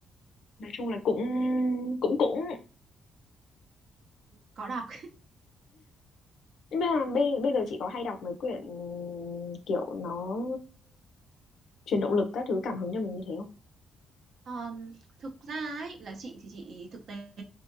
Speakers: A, on the left; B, on the right.
A: nói chung là cũng cũng cũng
B: Có đọc.
A: nhưng mà bây bây giờ chị có hay đọc mấy quyển kiểu nó truyền động lực các thứ cảm hứng cho mình như thế không?
B: Ờm, thực ra ấy, là chị thì chị thực tế